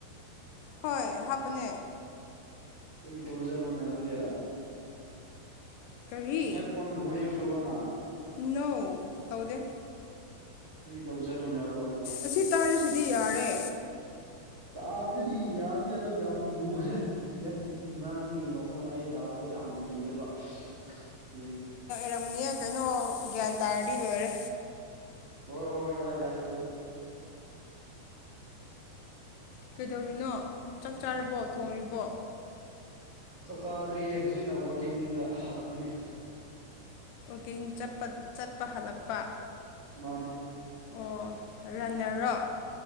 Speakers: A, on the left; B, on the right.
A: ꯍꯣꯏ ꯍꯥꯞꯅꯦ
B: ꯀꯔꯤ ꯇꯧꯖꯥꯠꯅꯣꯅꯦ ꯑꯗꯨꯑꯣꯗꯤ
A: ꯀꯔꯤ
B: ꯍꯦꯠ ꯐꯣꯟꯒꯨꯝꯕ ꯌꯨꯁ ꯇꯧꯔꯣꯅ
A: ꯅꯧ ꯇꯧꯗꯦ
B: ꯀꯔꯤ ꯇꯧꯖꯗꯣꯏꯅꯣ ꯑꯗꯣ ꯎ
A: ꯑꯁꯤ ꯇꯥꯔꯤꯁꯤꯗꯤ ꯌꯥꯔꯦ
B: ꯍꯥꯏꯕꯗꯤ ꯌꯥꯗꯤ ꯌꯥꯗꯣ ꯌꯥꯝ ꯂꯨꯑꯦ ꯉꯔꯥꯡꯒꯤ ꯃꯈꯣꯟ ꯑꯌꯥ ꯇꯥꯕꯗꯣ ꯌꯥꯝ ꯂꯨꯋꯦꯕ <unintelligible>
A: ꯔꯃꯨꯅꯤꯍ ꯀꯩꯅꯣ ꯒ꯭ꯌꯥꯟ ꯇꯥꯔꯗꯤ ꯂꯣꯏꯔꯦ
B: ꯍ ꯍꯣꯏ ꯍꯣꯏ ꯌꯥꯏ ꯌꯥꯏ ꯑꯗꯨꯁꯨ
A: ꯀꯩꯗꯧꯔꯤꯅꯣ ꯆꯥꯛ ꯆꯥꯔꯕꯣ ꯊꯣꯡꯔꯤꯕꯣ
B: ꯆꯥꯛ ꯆꯥꯗ꯭ꯔꯤꯌꯦ ꯍꯧꯖꯤꯛꯅ ꯋꯥꯛꯀꯤꯡꯗ ꯍꯜꯂꯛꯄꯅꯦ
A: ꯄꯨꯕꯨꯀꯤꯡ ꯆꯠꯄ ꯆꯠꯄ ꯍꯜꯂꯛꯄ
B: ꯃꯥꯅꯦ
A: ꯑꯣ ꯔꯟꯅꯔꯣ